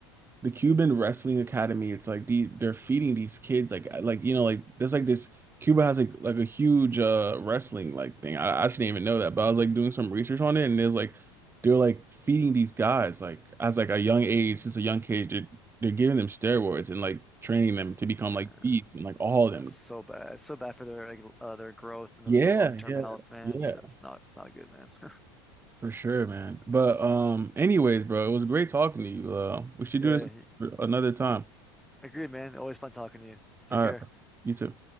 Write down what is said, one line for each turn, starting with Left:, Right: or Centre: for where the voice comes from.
Right: the Cuban Wrestling Academy. It's like the they're feeding these kids like uh, like you know like there's like this Cuba has like like a huge uh wrestling like thing. I, I actually didn't even know that, but I was like doing some research on it and there's like they're like feeding these guys like as like a young age since a young age they're they're giving them steroids and like training them to become
Centre: Man,
Right: like beasts and like all of
Centre: that's
Right: them.
Centre: so bad. It's so bad for their like uh, their growth and their,
Right: Yeah,
Centre: their long-term
Right: yeah,
Centre: health, man.
Right: yeah.
Centre: It's it's not it's not good, man. <laughs>
Right: For sure, man. But um, anyways, bro, it was great talking to you. Uh, we should
Centre: Yeah,
Right: do this another time.
Centre: agreed, man. Always fun talking to you. Take
Right: All
Centre: care.
Right: right. You too.